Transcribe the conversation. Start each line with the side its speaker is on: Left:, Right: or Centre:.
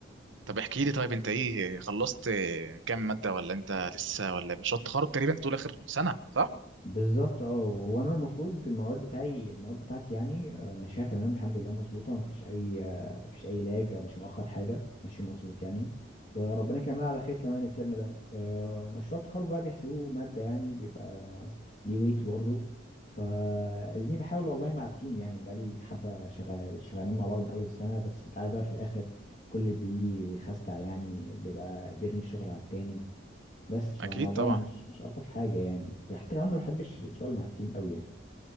Right: طب احكي لي طيب انت ايه خلصت إيه، كام مادة ولا انت لسه ولا مشروع التخرج تقريبا طول اخر سنة صح
Left: بالظبط اه هو انا المفروض المواد بتاعي المواد بتاعتي يعني آه، ماشيه تمام الحمد لله مظبوطه مفيش اي آه، مفيش اي لاج آه، مش مؤخر حاجه ماشي مظبوط يعني وربنا يكملها على خير كمان الترم ده آه، مشروع التخرج بقى بيحسبوه ماده يعني بيبقى ليه ويت برضه فاديني بحاول والله مع التيم يعني بقالي حبه شغال شغالين مع بعض من اول السنه بس انت عارف بقى في الاخر كل اللي بيجي ويخستع يعني بيبقى بيرمي الشغل على التاني بس فالموضوع
Right: اكيد طبعا
Left: مش مش الطف حاجه يعني حتى كمان ما بحبش الشغل مع التيم قوي يعني